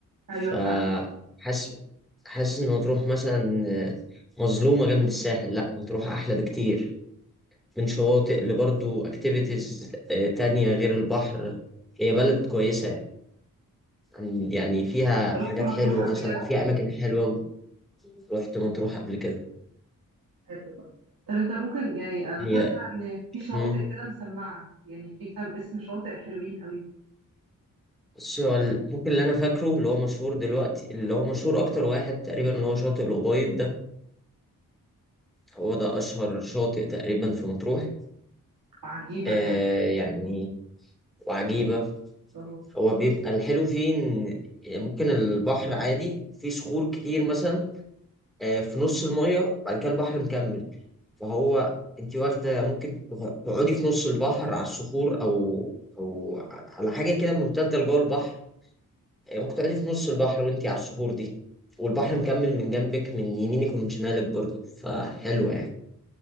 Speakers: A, on the right; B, in the centre.
A: ايوه
B: فحاسس
A: فعلا
B: حاسس إن مطروح مثلا مظلومة جنب الساحل لأ مطروح أحلى بكتير من شواطئ لبرضو أكتيفيتيز تانية غير البحر هي بلد كويسة يعني عن- يعني فيها
A: رحت
B: حاجات
A: مطروح
B: حلوة
A: قبل
B: مثلا
A: كده
B: فيها أماكن حلوة رحت مطروح قبل كده
A: حلو ده طب انت ممكن يعني انا
B: هي
A: فاكره ان في شواطئ
B: مم.
A: كده مسمعه يعني في كام اسم شواطئ حلوين قوي
B: بس هو ال- ممكن اللي أنا فاكره اللي هو مشهور دلوقتي اللي هو مشهور أكتر واحد تقريبا اللي هو شاطئ الأبيض ده هو ده أشهر شاطئ تقريبا في مطروح
A: وعجيبه
B: آه
A: تقريبا
B: يعني وعجيبة
A: اهو
B: هو بيبقى الحلو فيه إن ممكن البحر عادي فيه صخور كتير مثلا آه في نص المية وبعد كده البحر مكمل فهو أنت واخدة ممكن تغ- تقعدي في نص البحر على الصخور أو أو ع- على حاجة كده ممتدة لجوه البحر آه ممكن تقعدي في نص البحر وأنت على الصخور دي والبحر مكمل من جنبك من يمينك ومن شمالك برضه فحلوة يعني